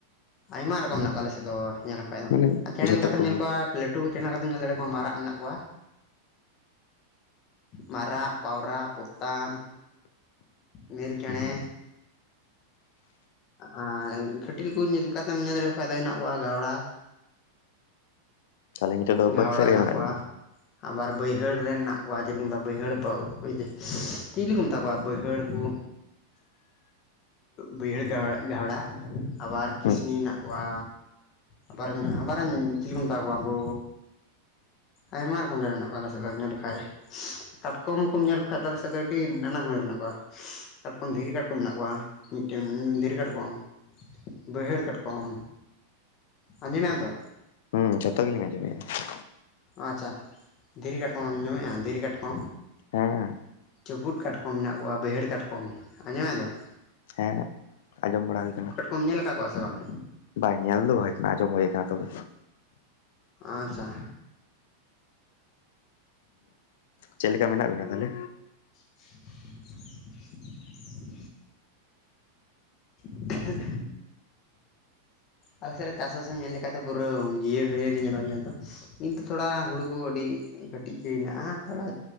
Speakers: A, on the left; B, on the left.
A: ᱟᱭᱢᱟ ᱨᱚᱠᱚᱢ ᱢᱮᱱᱟᱜ ᱠᱚᱣᱟ ᱟᱞᱮ ᱥᱮᱫ ᱫᱚ ᱧᱮᱞ ᱠᱷᱟᱱ ᱫᱚ
B: ᱢᱟᱱᱮ
A: ᱪᱮᱬᱮ
B: ᱡᱷᱚᱛᱚ
A: ᱞᱮᱠᱟ
B: ᱨᱚᱠᱚᱢ
A: ᱠᱟᱛᱮᱢ ᱧᱮᱞ
B: ᱜᱮ
A: ᱠᱚᱣᱟ ᱞᱟᱹ ᱴᱩ ᱪᱮᱱᱟ ᱠᱟᱛᱮᱢ ᱧᱮᱞ ᱫᱟᱲᱮ ᱠᱚᱣᱟ ᱢᱟᱨᱟᱜ ᱢᱮᱱᱟᱜ ᱠᱚᱣᱟ ᱢᱟᱨᱟᱜ ᱯᱟᱣᱨᱟ ᱯᱚᱛᱟᱢ ᱢᱤᱨᱩ ᱪᱮᱬᱮ
B: ᱦᱩᱸ
A: ᱟᱨ ᱠᱷᱟᱹᱴᱤᱞ ᱠᱟᱛᱮᱢ ᱧᱮᱞ ᱞᱮᱠᱚ ᱠᱷᱟᱱ ᱫᱚ ᱦᱮᱱᱟᱜ ᱠᱚᱣᱟ ᱜᱷᱟᱣᱲᱟ
B: ᱛᱟᱦᱚᱞᱮ ᱱᱤᱛᱚᱜ ᱫᱚ
A: ᱜᱷᱟᱣᱲᱟ
B: ᱵᱟᱹᱫᱽ ᱥᱮᱫ
A: ᱦᱮᱱᱟᱜ
B: ᱨᱮᱜᱮ ᱢᱮᱱᱟᱜ
A: ᱠᱚᱣᱟ
B: ᱵᱤᱱᱟ
A: ᱟᱵᱟᱨ ᱵᱟᱹᱭᱦᱟᱹᱲ ᱨᱮᱱ ᱢᱮᱱᱟᱜ ᱠᱚᱣᱟ ᱡᱮ ᱢᱮᱛᱟ ᱵᱟᱹᱭᱦᱟᱹᱲ ᱯᱟ ᱟ ᱪᱤᱞᱤ ᱠᱚ ᱢᱮᱛᱟ ᱠᱚᱣᱟ ᱵᱟᱹᱭᱦᱟᱹᱲ ᱠᱚ ᱵᱟᱹᱭᱦᱟᱹᱲ ᱜᱷᱟᱣᱲᱟ ᱟᱵᱟᱨ ᱠᱤᱥᱱᱤ
B: ᱦᱩᱸ
A: ᱦᱮᱱᱟᱜ ᱠᱚᱣᱟ ᱟᱵᱟᱨ ᱟᱵᱟᱨᱮᱱ ᱪᱤᱞᱤ ᱠᱚ ᱢᱮᱛᱟᱣ ᱠᱚᱣᱟ ᱩᱱᱠᱩ ᱟᱭᱢᱟ ᱨᱚᱠᱚᱢ <inaudible> ᱦᱮᱱᱟᱜ ᱠᱚᱣᱟ ᱟᱞᱮ ᱥᱮᱫ ᱫᱚ ᱧᱮᱞ ᱞᱮᱠᱚᱠᱷᱟᱡ ᱠᱟᱴᱠᱚᱢ ᱠᱚᱢ ᱧᱮᱞ ᱞᱮᱠᱚ ᱠᱷᱟᱱ ᱟᱞᱮ ᱥᱮᱫ ᱫᱚ ᱟᱹᱰᱤ ᱱᱟᱱᱟᱩᱱᱟᱹᱨ ᱢᱮᱱᱟᱜ ᱠᱚᱣᱟ ᱠᱟᱴᱠᱚᱢ ᱫᱷᱤᱨᱤ ᱠᱟᱴᱠᱚᱢ ᱢᱮᱱᱟᱜ ᱠᱚᱣᱟ ᱢᱤᱫᱴᱮᱱ ᱫᱷᱤᱨᱤ ᱠᱟᱴᱠᱚᱢ ᱵᱟᱹᱭᱦᱟᱹᱲ ᱠᱟᱴᱠᱚᱢ ᱟᱸᱡᱚᱢᱮᱭᱟᱢ ᱛᱚ
B: ᱦᱩᱸ ᱡᱷᱚᱛᱚ ᱜᱮᱞᱤᱧ ᱟᱸᱡᱚᱢᱮ ᱟ
A: ᱟᱪᱪᱷᱟ ᱫᱷᱤᱨᱤ ᱠᱟᱴᱠᱚᱢᱮᱢ ᱡᱚᱢᱮᱭᱟ ᱫᱷᱤᱨᱤ ᱠᱟᱴᱠᱚᱢ,
B: ᱦᱮᱸ
A: ᱪᱩᱯᱩᱫ ᱠᱟᱴᱠᱚᱢ ᱢᱮᱱᱟᱜ ᱠᱚᱣᱟ ᱵᱟᱹᱭᱦᱟᱹᱲ ᱠᱟᱴᱠᱚᱢ ᱟᱸᱡᱚᱢᱮᱫᱟᱢ
B: ᱦᱮᱸ ᱟᱸᱡᱚᱢ ᱵᱟᱲᱟ ᱦᱩᱭ ᱠᱟᱱᱟ,
A: ᱠᱩᱢ ᱧᱮᱞ ᱟᱠᱟᱫ ᱠᱚᱣᱟ ᱥᱮ ᱵᱟᱝ?
B: ᱵᱟᱝ ᱧᱮᱞ ᱫᱚ ᱵᱟᱝ ᱟᱸᱡᱚᱢ ᱦᱩᱭᱩ ᱟᱠᱟᱱᱟ ᱛᱚᱵᱮ
A: ᱟᱪᱪᱷᱟ
B: <inaudible> ᱪᱮᱫ ᱞᱮᱠᱟ ᱢᱮᱱᱟᱜ ᱵᱤᱱᱟ ᱛᱟᱦᱚᱞᱮ?
A: <unintelligible> <unintelligible> ᱟᱞᱮᱥᱮᱫ ᱨᱮ ᱪᱟᱥᱵᱟᱥ ᱮᱢ ᱧᱮᱞ ᱞᱮᱠᱷᱟᱡ ᱫᱚ ᱯᱩᱨᱟᱹ ᱡᱤᱭᱟᱹᱲᱦᱟᱲᱭᱟᱹᱲ ᱜᱮ ᱧᱮᱞᱚᱜ-ᱟ ᱧᱮᱞ ᱫᱚ, ᱱᱤᱛ ᱛᱷᱩᱲᱟ ᱦᱩᱲᱩ ᱠᱩ ᱟᱹᱰᱤ ᱠᱟᱹᱴᱤᱡ ᱜᱮ ᱦᱮᱱᱟᱜ-ᱟ ᱛᱷᱚᱲᱟ